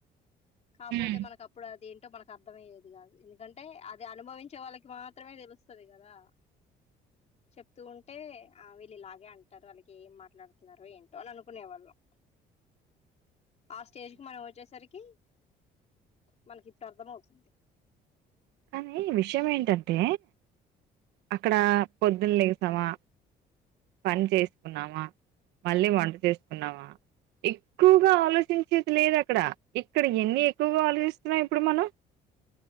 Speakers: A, on the left; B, on the right.
A: కాపోతే
B: ఉమ్
A: మనకు అప్పుడు అదేంటి మనకు అర్థమయ్యేది కాదు ఎందుకంటే అది అనుభవించే వాళ్ళకి మాత్రమే తెలుస్తుది కదా చెప్తూ ఉంటే ఆ వీళ్ళు ఇలాగే అంటారు వాళ్ళకి ఏం మాట్లాడుతున్నారో ఏంటో అని అనుకునే వాళ్ళం ఆ స్టేజ్ కి మనం వచ్చేసరికి మనకి ఇప్పుడు అర్థం అవుతుంది
B: కానీ విషయం ఏంటంటే అక్కడ పొద్దున్న లేగిసామా పని చేసుకున్నామా మళ్ళీ వంట చేసుకున్నామా ఎక్కువగా ఆలోచించేది లేదు అక్కడ ఇక్కడ ఎన్ని ఎక్కువగా ఆలోచిస్తున్నామ్ ఇప్పుడు మనం